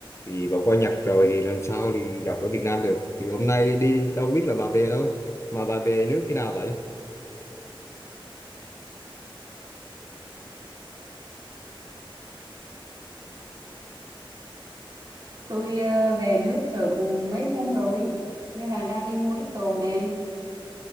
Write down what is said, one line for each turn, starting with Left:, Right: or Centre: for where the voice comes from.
Left: thì bà qua Nhật rồi thì làm sao thì gặp ở Việt Nam được thì hôm nay đi đâu biết là bà về đâu mà bà về nước khi nào vậy?
Right: Tôi ờ, về nước được mấy hôm rồi, nên là đang đi mua ít đồ nè.